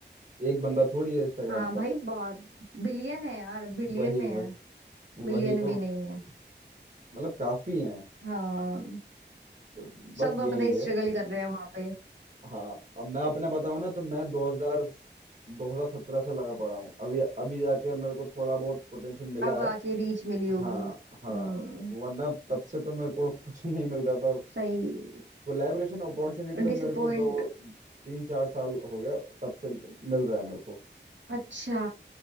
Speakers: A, on the right (about 45°); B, on the right (about 80°).
A: एक बंदा थोड़ी है इंस्टाग्राम
B: हाँ भाई
A: पर
B: बहुत बिलियन है यार बिलियन
A: वही
B: में है
A: वही
B: मिलियन
A: वही तो
B: भी नहीं है
A: मतलब काफी हैं
B: हाँ
A: तो बस
B: सब
A: यही
B: अपना
A: है
B: स्ट्रगल कर रहे हैं वहां पे
A: हाँ अब मैं अपना बताऊँ ना तो मैं 2000 2017 से लगा पड़ा हूँ अभी अभी जाके मेरे को थोड़ा बहुत पोटेंशियल मिला
B: अब आके
A: है
B: रीच मिली होगी
A: हाँ हाँ
B: हम्म
A: वरना तब से तो मेरे को कुछ <laughs> नहीं मिल रहा था
B: सही
A: कोलैबोरेशन अपॉर्चुनिटी तो
B: डिसअपॉइंट
A: मेरे को दो तीन चार साल हो गया तब से मिल रहा है मेरे को
B: अच्छा